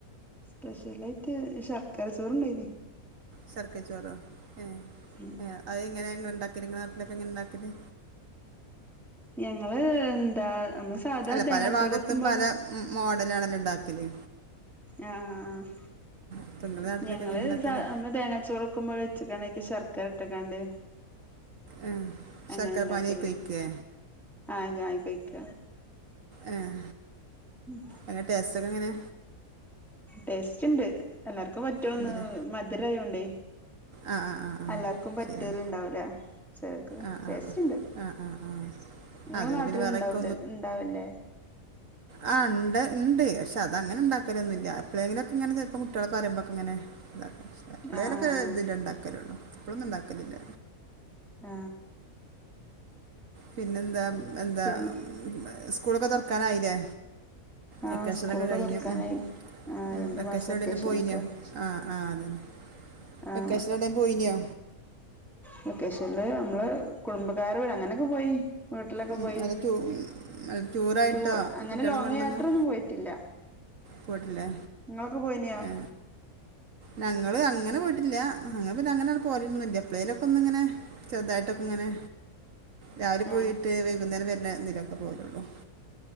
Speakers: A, in the centre; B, on the right.
A: സ്പെഷ്യലായിട്ട് ശർക്കര ചോറ്ണ്ടായിനി.
B: ശർക്കരച്ചോറോ ഏഹ്
A: ഉം
B: എഹ് അത് എങ്ങനെ ഇങ്ങള്ണ്ടാക്കല് ഇങ്ങളെ നാട്ടിലൊക്കെ എങ്ങനെ ഇണ്ടാക്കല്.
A: ഞങ്ങള് എന്താ നമ്മള് സാധാ
B: അല്ല
A: തേങ്ങാച്ചോറ്
B: പല ഭാഗത്തും
A: വെക്കുമ്പോലെ.
B: പല ഉം മോഡലാണല്ലോ ഇണ്ടാക്കല്
A: ആഹ് ആഹ് ആഹ്
B: അപ്പം നിങ്ങളെ നാട്ടിലൊക്കെ
A: ഞങ്ങള്
B: എങ്ങനെ ഉണ്ടാക്കല്
A: സാ നമ്മള് തേങ്ങാ ചോറെക്കുമ്പോലെ വെച്ചക്കാണ്ട് അയ്ക്ക് ശർക്കര ഇട്ട്ക്കാണ്ട്
B: ആ
A: അങ്ങനെ
B: ശർക്കരപ്പാനിയൊക്കെ
A: ഇണ്ടാക്കല്
B: ഒഴിക്കേ
A: ആയിക്ക ആയികഴിക്ക
B: ഏഹ്
A: ഉം
B: എങ്ങട്ട് എസ്സ് ക്കെ ഇങ്ങനെ?
A: ടേസ്റ്റ് ഇണ്ട് എല്ലാർക്കും പറ്റോന്ന്
B: ഉണ്ടല്ലേ
A: മധുരയോണ്ടേ.
B: ആ ആ ആ ആ
A: എല്ലാർക്കും പറ്റല്
B: ശരിയാണ്
A: ഇണ്ടാവൂല. ചെലോൽക്ക്
B: ആഹ്
A: ടേസ്റ്റ്ണ്ട്.
B: ആഹ് ആഹ് ആഹ് ആഹ് ആഹ്
A: ങ്ങലെ
B: അതോണ്ട്
A: നാട്ടിലും
B: പിന്നെ വേറെക്ക
A: ണ്ടാവൂല ഇണ്ടാവല്ലേ.
B: ആ ഇണ്ട് ഇണ്ട് പക്ഷെ അതങ്ങനെണ്ടാക്കലൊന്നൂല്ല എപ്ലെങ്കിലൊക്കെ ഇങ്ങനെ ചെലപ്പോ കുട്ടികള് പറയുമ്പോക്കെങ്ങനെണ്ടാക്കും. എപ്പ്ളെലോക്കെ
A: ആഹ് ആഹ്
B: ഇതില് ണ്ടാക്കലൊള്ളൂ എപ്പളൊന്നും ണ്ടാക്കലില്ല.
A: ആ
B: പിന്നെന്താ എന്താ
A: പിന്നെ
B: സ്കൂളൊക്കെ തൊറക്കാനായിലെ.
A: ആഹ്
B: വെക്കേഷനൊക്കെ
A: സ്കൂളൊക്കെ
B: കഴിഞ്ഞു
A: തുറക്കാനായി
B: ഉം
A: ആഹ്
B: ഉം
A: രണ്ടു
B: വെക്കേഷന്
A: മാസം വെക്കേഷനൊക്കെ
B: എവിടേലും പോയിനോ? ആ ആ അതന്നെ
A: ആഹ്
B: വെക്കേഷന് എവിടെ പോയിനോ
A: വെക്കേഷനില് നമ്മള് കുടുംബക്കാരെ വിട് അങ്ങനൊക്കെ പോയി. വീട്ടിലൊക്കെ
B: ഉം
A: പോയി
B: അല്ല ടൂ ടൂറായിട്ടോ
A: ടൂ അങ്ങനെ
B: കുട്ടികളെ
A: ലോങ്ങ്
B: കൊണ്ടൊന്നും
A: യാത്രൊന്നും പോയിട്ടില്ല.
B: പോയിട്ടില്ലേ
A: നിങ്ങളൊക്കെ പോയിനോ
B: ഏ ഞങ്ങള് അങ്ങനെ പോയിട്ടില്ല ങ്ങങ്ങള് പിന്ന അങ്ങനെ പോവലൊന്നുല്ല എപ്പ്ളേങ്കിലൊക്കെ ഒന്നിങ്ങനെ ചെറുതായിട്ടൊക്കെങ്ങനെ രാവിലെ
A: ആഹ്
B: പോയിട്ട് വൈകുന്നേരം വരുന്ന തിലൊക്കെ പോകലൊള്ളൂ